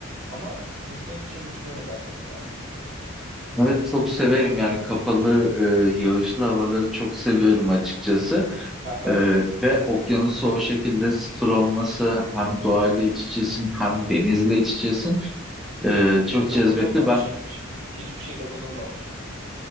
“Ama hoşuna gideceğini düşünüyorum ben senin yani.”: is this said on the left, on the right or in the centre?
Right